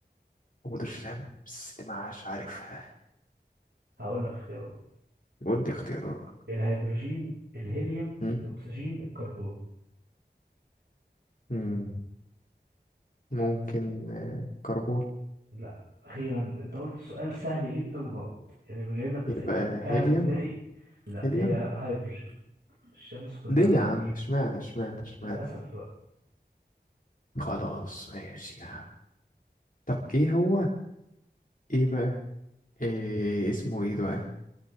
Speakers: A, on the left; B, on the right.
A: ودي الشمس دي معاش عارفها
B: هقول لك اختيارات
A: ودي اختيارات
B: الهيدروجين الهيليوم
A: مم.
B: الاكسجين الكربون
A: مم. ممكن آه، كربون
B: لا اخيرا انت قلت سؤال سهل جدا غلط يعني بيجيب لك اسئله
A: يبقى
B: في منتهى
A: هيليوم
B: ابتدائي لا
A: هيليوم
B: هي هيدروجين الشمس كلها
A: ليه يا عم
B: هيدروجين
A: اشمعنى اشمعنى اشمعنى
B: للاسف بقى.
A: خلاص ماشي يا عم طب ايه هو ايه بقى إيه اسمه ايه دلوقتي